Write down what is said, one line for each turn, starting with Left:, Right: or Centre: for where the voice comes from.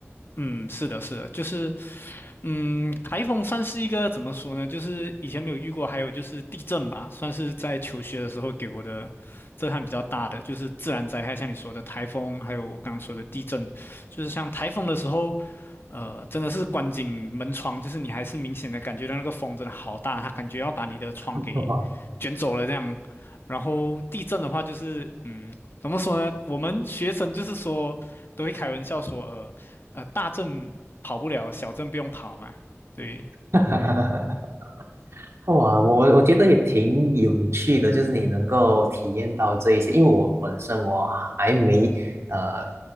Left: 嗯，是的，是的，就是嗯，台风算是一个怎么说呢？就是以前没有遇过，还有就是地震吧，算是在求学的时候给我的震撼比较大的，就是自然灾害，像你说的台风，还有我刚刚说的地震，就是像台风的时候，呃，真的是关紧门窗，就是你还是明显的感觉到那个风真的好大，它感觉要把你的窗给卷走了这样。
Right: <laughs> <laughs>
Left: 然后地震的话，就是嗯，怎么说呢？我们学生就是说都会开玩笑说，呃。呃，大震跑不了，小镇不用跑嘛。对，
Right: 哈哈。<laughs> 哇，我我我觉得也挺有趣的，就是你能够体验到这一些，因为我本身我还没呃